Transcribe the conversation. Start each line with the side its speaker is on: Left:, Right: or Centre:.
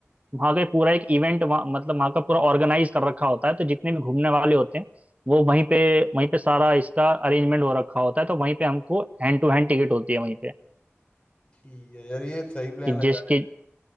Right: वहां का पूरा एक इवेंट मतलब वहां का पूरा ऑर्गेनाइज कर रखा होता है तो जितने भी घूमने वाले होते हैं वो वहीं पे वहीं पे सारा इसका अरेंजमेंट हो रखा होता है तो वहीं पे हमको हैंड टू हैंड टिकट होती है वहीं पे
Left: ठीक है यार ये सही प्लान
Right: कि
Left: लग
Right: जिसकी
Left: रहा